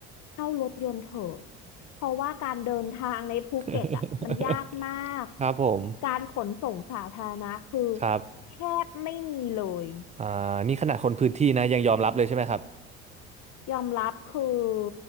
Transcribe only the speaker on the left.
เข้ารถยนต์เถอะเพราะว่าการเดินทางในภูเก็ตอ่ะมันยากมาก
การขนส่งสาธารณะคือ
แทบไม่มีเลย
ยอมรับคือ